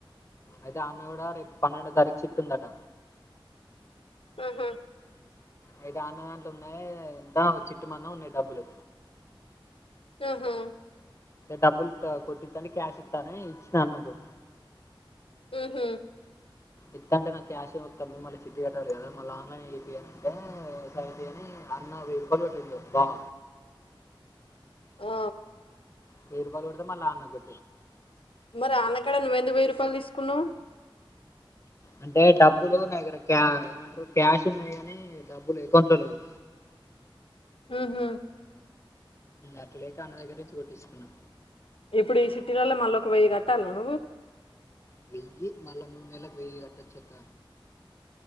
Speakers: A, on the left; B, on the left.
A: అయితే ఆ అన్న కూడా రేపు పన్నెండో తారీఖు చిట్టి ఉందట
B: మ్ హా
A: అయితే అన్నదాంట్ల ఉన్నాయే ఎంతా చిట్టి మందం ఉన్నాయ్ డబ్బులు
B: ఆహా
A: డబ్బులు కొట్టిత్తని క్యాష్ ఇత్త అని ఇచ్చినా అన్నకు
B: మ్ హు
A: ఇత్తంటే నాకు క్యాష్ ఏమొద్దు తమ్మీ మళ్ళీ చిట్టి కట్టాలి కదా మళ్ళీ ఆన్లైన్ ఏ చేపియ్యి అంటే సరే అని అన్న వెయ్యి రూపాలు కొట్టిండు బావ
B: ఆ
A: వెయ్యి రూపాలు కొడితే మళ్ళ ఆ అన్న కో
B: మరి ఆ అన్నకాడ నువ్వు ఎందుకు వెయ్యి రూపాయలు తీసుకున్నావ్
A: అంటే డబ్బులు నాదగ్గర దగర క్యా ఏమంటారు క్యాష్ ఉన్నాయ్ గానీ డబ్బులు అకౌంట్ లో లేవు
B: అ హ
A: అట్లలేక అన్న దగ్గర నుంచి కోట్టిచ్చుకున్నా
B: ఇప్పుడు ఈ చిట్టీలల్ల మళ్ళీఒక వెయ్యి కట్టాల్నా నువ్వు
A: వెయ్యి మళ్ళ ముడు నెల్లకు వెయ్యి కట్టొచక్క